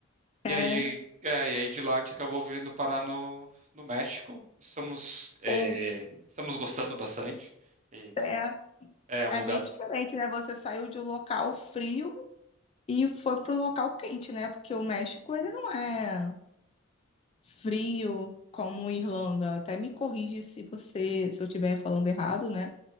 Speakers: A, on the right; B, on the left.
A: E
B: É,
A: aí, é, e aí de lá a gente acabou vindo parar no, no México. Estamos é,
B: um,
A: estamos gostando bastante. E tá
B: é,
A: um- é um
B: é
A: lugar
B: bem diferente, né? Você saiu de um local frio e foi para o local quente, né? Porque o México, ele não é frio como Irlanda. Até me corrige se você, se eu estiver falando errado, né?